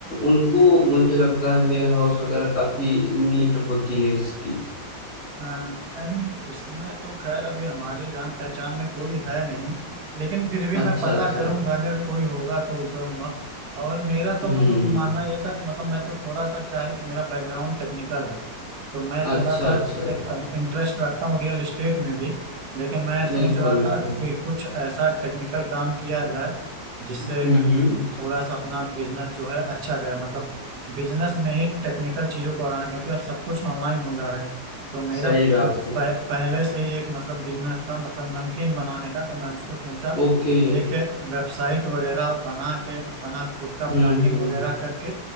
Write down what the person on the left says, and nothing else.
उनको मुझे लगता है वेयर हाउस वगैरह काफी नीट होती है इसकी
अच्छा
अच्छा
हम्म
अच्छा
अच्छा
बिल्कुल
बिल्कुल
हम्म हम्म,
सही
बात है
ओके
हम्म
हम्म